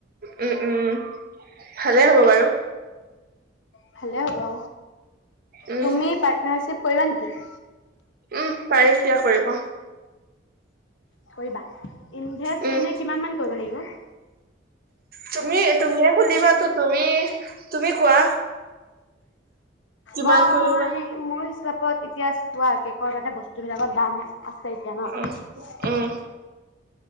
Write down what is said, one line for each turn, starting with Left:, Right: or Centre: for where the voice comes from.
Right: উম, উম। ভালেই হ'ব বাৰু
Left: ভালে হ'ব অ।
Right: উম
Left: তুমি পাৰ্টনাৰশ্বিপ কৰিবা নেকি? <inaudible>
Right: উহ, পাৰিম দিয়া কৰিব।
Left: কৰিবা, ইনভেষ্ট
Right: উম,
Left: এনে কিমান মান কৰিব লাগিব?
Right: তুমি তুমিয়ে খুলিবাতো তুমি তুমি কোৱা। কিমান
Left: মই
Right: কৰিবা
Left: মোৰ হিচাপ ক'ত এতিয়া চোৱা কেকৰ মানে বস্তুবিলাকত দাম আছে এতিয়া ন।
Right: উম, উম,